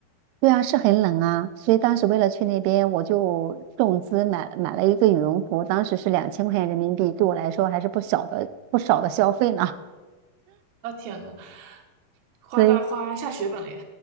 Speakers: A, on the right (about 85°); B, on the right (about 60°).
A: 对啊，是很冷啊，所以当时为了去那边，我就重资买买了一个羽绒服，当时是两千块钱人民币，对我来说还是不小的不少的消费呢。<laughs>
B: 啊，天呐，花大花下血本了呀！
A: 所以